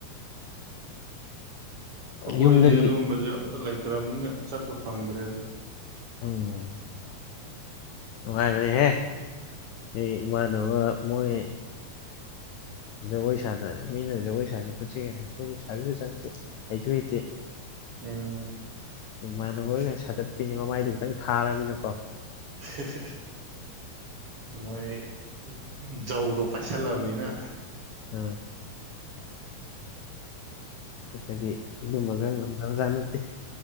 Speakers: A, on the right; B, on the left.
A: ꯑꯩꯈꯣꯏꯗꯤ
B: ꯌꯨꯝꯗꯒꯤ
A: ꯑꯗꯨꯒꯨꯝꯕꯁꯦ ꯑꯝꯇ ꯂꯩꯇ꯭ꯔꯕꯅꯤꯅ ꯆꯠꯄ ꯐꯪꯗ꯭ꯔꯦꯗ
B: ꯎꯝ ꯅꯨꯡꯉꯥꯏꯕꯅꯦꯍꯦ ꯑꯩ ꯏꯃꯥꯟꯅꯕ ꯃꯣꯏ ꯖꯒꯣꯏ ꯁꯥꯅ ꯃꯤꯅ ꯖꯒꯣꯏ ꯁꯥꯁꯤ ꯄꯨꯠꯁꯤꯒ ꯑꯩꯈꯣꯏ ꯁꯥꯕꯤꯁꯨ ꯆꯅꯗꯦ ꯍꯩꯁꯨ ꯍ
A: ꯎꯝ
B: ꯏꯃꯥꯟꯅꯕ ꯑꯣꯏꯅ ꯁꯥꯠꯇꯠꯄꯤꯅꯤ ꯃꯃꯥꯏꯗꯣ ꯈꯤꯇꯪ ꯊꯥꯔꯕꯅꯤꯅꯀꯣ
A: <unintelligible> ꯃꯣꯏ ꯖꯧꯗꯣ ꯄꯥꯏꯁꯜꯂꯕꯅꯤꯅ
B: ꯎꯝ ꯑꯩ ꯐꯗꯤ ꯑꯗꯨꯕ ꯈ ꯉꯝꯗꯕꯖꯥꯅꯠꯇꯦ